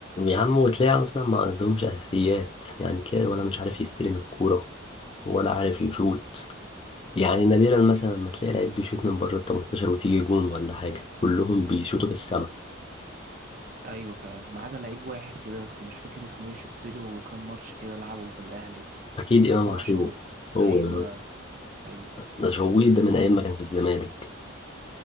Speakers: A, on the left (about 25°); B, on the right (about 40°).
A: يا عم وتلاقي أصلا ما عندهمش أساسيات يعني تلاقي ولا مش عارف يستلم الكورة ولا عارف يشوت يعني نادرا مثلا لما تلاقي لعيب بيشوت من بره ال 18 وتيجي جون ولا حاجة كلهم بيشوتوا في السما
B: ايوه فعلا ما عدا لعيب واحد كده بس مش فاكر اسمه ايه شفت له كام ماتش كده لعبهم في الاهلي
A: أكيد إمام
B: امام
A: عاشور
B: عاشور
A: هو
B: ايوه ايوه
A: ده شويت ده من ايام ما كان في الزمالك